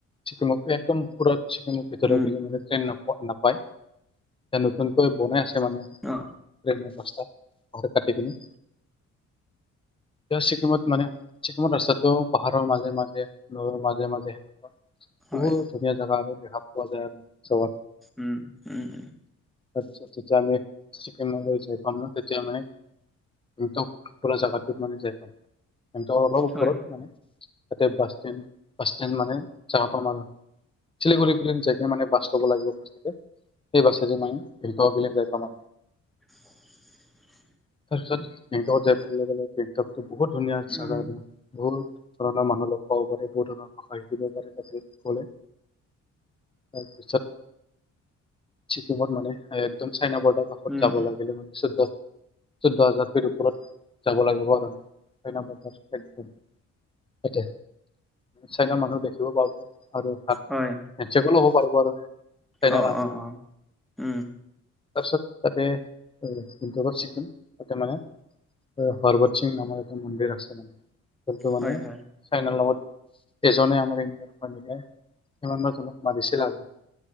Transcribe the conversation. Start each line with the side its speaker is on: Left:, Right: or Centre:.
Left: চিকিমত একদম ওপৰত চিকন ম ভিতৰৰ
Centre: উম।
Left: পিনে মানে ট্ৰেইন নাপায় এ নতুনকৈ বনাই আছে মানে
Centre: অহ
Left: ট্ৰেইনৰ ব্যৱস্থা নহলে কাটি কিনে এতিয়াও ছিকিমত মানে ছিকিমত ৰাস্তাটো পাহাৰৰ মাজে মাজে নৈৰ মাজে মাজে সেনেকুৱা
Centre: হয়,
Left: বহুত ধুনীয়া জেগা আৰু দেখা পোৱা যায় আৰু চবত
Centre: উম উম উম
Left: আচ্ছা আচ্ছা যেতিয়া আমি চিকিনলৈ যায় পাম ন তেতিয়া মানে গেংন্তক পুৰা জাগাটোত মানে যায় পাম গেংন্তকৰ অলপ ওপৰত
Centre: হয়,
Left: মানে তাতে বাছ ষ্টেণ্ড বাছ ষ্টেণ্ড মানে চাবা পাম আৰু চিলিগুৰি ফালে যায় কিনে মানে বাছ ল'ব লাগিব পাছতে সেই বাছেদি মানে গেংটক গেলি যায় পাম
Centre: <unintelligible>
Left: তাৰপিছত গেংটকত যায় পোৱাৰ লগে লগে গেংকটো বহুত ধুনীয়া
Centre: উম,
Left: জাগা ৰে বহুত ধৰণৰ মানুহ লগ পাব পাৰি বহু ধৰণৰ ভাষা শিকিব পাৰে তাৰপিছত ক'লে। তাৰ পিছত। ছিকিমত মানে একদম চাইনা বৰ্ডাৰ কাষত
Centre: উম,
Left: যাব লাগিলে মানে চৈদ্দত। চৈধ্য হাজাৰ ফিত ওপৰত যাব লাগিব আৰু ন চাইনা বৰডাৰ একদম। তাতে চাইনা মানুহ দেখিব পাব। আৰু হাত
Centre: হয়।
Left: হেণ্ডচেকো ল'ব পাৰিব আৰু চাইনাৰ
Centre: অ', অ',
Left: আৰ্মি ৰ লগত।
Centre: অ', উম!
Left: তাৰপিছত তাতে উগত চিকিম তাতে মানে। অহ হৰ্বত সিং নামৰ এটা মন্দিৰ আছে মানে যোনটো মানে
Centre: হয়, হয়,
Left: চাইনাৰ লগত, এজনে আমাৰ ইণ্ডিয়াৰ <inaudible> কিমানবা জনক মাৰিছিল আৰু।